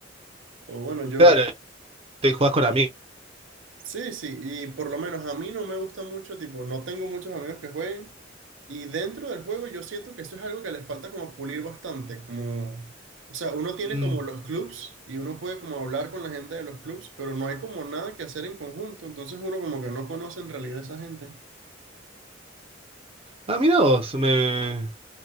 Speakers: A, on the right (about 80°); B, on the right (about 30°).
A: O bueno, yo,
B: claro, te jugás con amigos.
A: Sí, sí, y por lo menos a mí no me gusta mucho, tipo, no tengo muchos amigos que jueguen y dentro del juego yo siento que eso es algo que les falta como pulir bastante, como, o sea, uno tiene
B: Mm.
A: como los clubs y uno puede como hablar con la gente de los clubs, pero no hay como nada que hacer en conjunto, entonces uno como que no conoce en realidad a esa gente.
B: Ah, mirá vos, me...